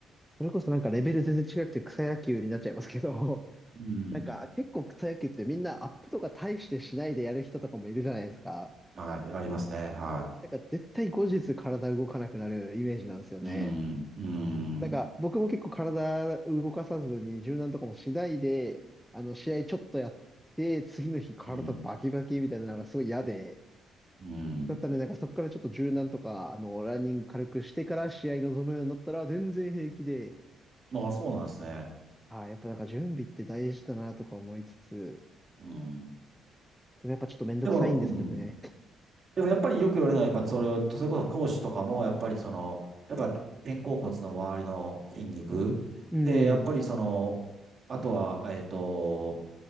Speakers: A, in the centre; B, on the right.
A: それこそなんかレベル全然違くて草野球になっちゃいますけど、
B: うん。
A: <laughs> なんか結構草野球ってみんなアップとか大してしないでやる人とかもいるじゃないですか。
B: はい、ありますね。は
A: なんか絶対後日体動かなくなるイメージなんですよね。
B: い。うん、うん、
A: なんか僕も結構体動かさずに柔軟とかもしないで、あの試合ちょっとやって、次の日体バキバキみたいなのがすごい嫌で、
B: うん、うん。
A: だったらね、なんかそこからちょっと柔軟とか、あの、ランニング軽くしてから試合に臨むようになったら全然平気で、
B: あ、そうなんですね。
A: ああ、やっぱなんか準備って大事だなとか思いつつ、
B: うん。
A: でもやっぱちょっとめんどくさいんですよね。
B: でも、うん。でもやっぱりよく言われるのは、やっぱそれを、それこそ投手とかも、やっぱりその、やっぱ肩甲骨の周りの筋肉。
A: うん。
B: で、やっぱりその、
A: ん。
B: あとは、えっと、